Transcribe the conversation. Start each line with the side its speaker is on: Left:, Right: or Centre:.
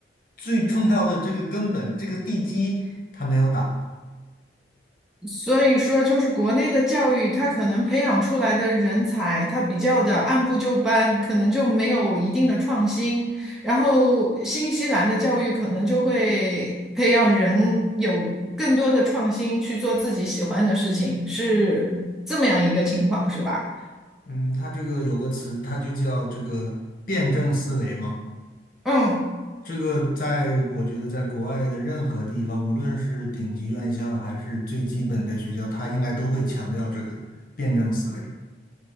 Left: 最重要的这个根本，这个地基他没有打。
Centre: 所以说，就是国内的教育，它可能培养出来的人才，它比较的按部就班，可能就没有一定的创新。然后，新西兰的教育可能就会培养人有更多的创新，去做自己喜欢的事情，是这么样一个情况，是吧？
Left: 嗯，他这个有个词，它就叫这个辩证思维嘛。
Centre: 嗯。
Left: 这个在我觉得在国外的任何地方，无论是顶级院校还是最基本的学校，它应该都会强调这个辩证思维。